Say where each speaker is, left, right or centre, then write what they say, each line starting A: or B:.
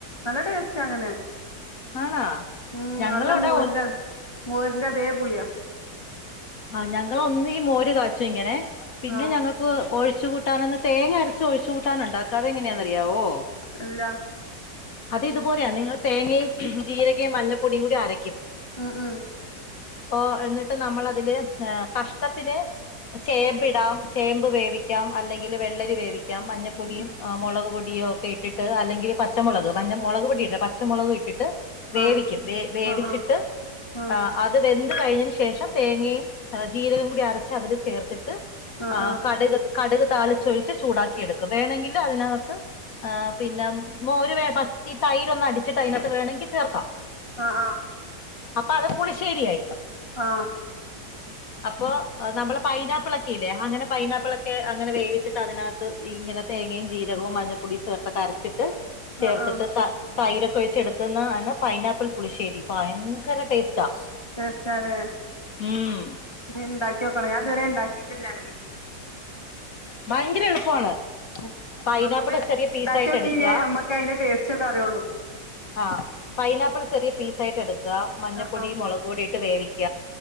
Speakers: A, on the left; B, on the left.
A: നല്ല ടേസ്റ്റ് അങ്ങനെ
B: ആണാ
A: ഉം
B: ഞങ്ങളവിടെ
A: നല്ല മോരിന്റെ മോരിന്റെ അതേ പുളിയാ
B: ആ ഞങ്ങള് ഒന്നെങ്കി മോര് കാച്ചും ഇങ്ങനെ പിന്നെ
A: ആഹ്
B: ഞങ്ങൾക്ക് ഒഴി ഒഴിച്ച് കൂട്ടന്നൊന്നു തേങ്ങരച്ച് ഒഴിച്ചു കൂട്ടാൻ ഉണ്ടാക്കും അതെങ്ങനെയാന്ന് അറിയാവോ
A: അല്ല
B: അത് ഇതുപോലെയാ നിങ്ങൾ തേങ്ങയും ജീരകയും മഞ്ഞൾപ്പൊടിയും കൂടി അരയ്ക്കും
A: ഉം ഉം
B: ഓ എന്നിട്ട് നമ്മള് അതില് എ കഷ്ണത്തിന് ചേമ്പിടാം ചേമ്പ് വേവിക്കാം അല്ലെങ്കില് വെള്ളരി വേവിക്കാം മഞ്ഞൾപൊടിയും
A: ഉം ഉം
B: മുളക് പൊടി പൊടിയോ ഒക്കെ ഇട്ടിട്ട് അല്ലെങ്കില് പച്ചമുളക് മഞ്ഞ മുളക് പൊടിടണ്ട പച്ചുളകും ഇട്ടിട്ട് വേവിക്കും
A: ആഹ്
B: വേ വേവിച്ചിട്ട്
A: ആഹ് ആഹ്
B: അത് വെന്ത് കഴിഞ്ഞതിന് ശേ ശേഷം തേങ്ങയും ജീരകവും കൂടി അരച്ച് അതിൽ ചേർത്തിട്ട്
A: ആഹ് ആഹ്
B: ആ കടുക് കടുക് താളിച്ചൊഴിച്ച് ചൂടാക്കി എടുക്കും വേണമെങ്കില് അതിനകത്ത് ആ പിന്നെ മോര് വേ പത്തി തൈരൊന്ന് അടിച്ചിട്ട് അതിനകത്ത് വേണമെങ്കിൽ ചേർക്കാം
A: ആ ആ
B: അപ്പോ അത് പുളിശേരിയായി
A: ആ
B: അപ്പോ നമ്മള് പൈനപ്പിളെക്കെ ഇല്ലേ അങ്ങനെ പൈനാപ്പിളെക്കെ അങ്ങനെ വേവിച്ചിട്ട് അതിനകത്ത് ഇങ്ങനെ തേങ്ങയും ജീരകവും മഞ്ഞൾപ്പൊടിയും ചേർത്ത് അ രച്ചിട്ട് ചേർത്തിട്ട്
A: ആഹ് ആഹ്
B: താ തൈരൊക്കെ ഒഴിച്ച് എടുക്കുന്നതാ ണ് പൈനാപ്പിൾ പുളിശ്ശേരി ഭയങ്കര ടേസ്റ്റാ
A: ടെസ്റ്റ് ആല്ലേ
B: ഉം
A: ഇനി ഇണ്ടാക്കി നോ ക്കണം ഞാനിതുവരെ ഉണ്ടാക്കിട്ടില്ല അങ്ങനെ
B: ഭയങ്കര എളുപ്പമാണ്
A: ഉം
B: പൈനാപ്പിള്
A: ഓരോന്ന്
B: ചെറിയ പീസായിട്ട്
A: ഇണ്ടാക്കിയോക്കീനേ
B: എടുക്കുക
A: നമ്മക്ക് അയിന്റെ ടേസ്റ്റ് ഒക്കെ അറിയുള്ളൂ
B: ആ പൈനാപ്പിള് ചെറിയ പീസ് ആയിട്ട് എടുക്കുക മഞ്ഞൾപ്പൊടി
A: ആഹ്
B: മുളക് പൊടി ഇട്ട് വേവിക്ക